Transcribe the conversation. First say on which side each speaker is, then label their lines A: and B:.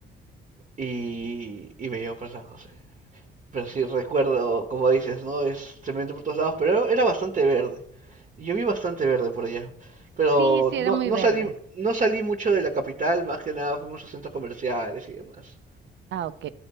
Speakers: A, on the right; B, on the right.
A: Y, y me llevó para San José. Pero sí, recuerdo, como dices, ¿no? Es cemento por todos lados, pero era bastante verde. Yo vi bastante verde por allá. Pero
B: Sí, sí,
A: no,
B: era muy
A: no
B: verde.
A: salí, no salí mucho de la capital, más que nada fuimos a centros comerciales y demás.
B: Ah, ok.